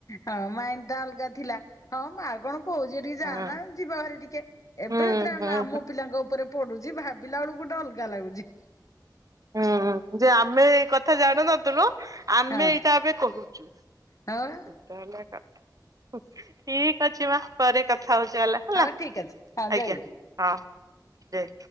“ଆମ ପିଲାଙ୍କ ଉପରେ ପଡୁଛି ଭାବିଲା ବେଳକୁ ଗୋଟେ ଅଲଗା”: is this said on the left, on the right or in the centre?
Left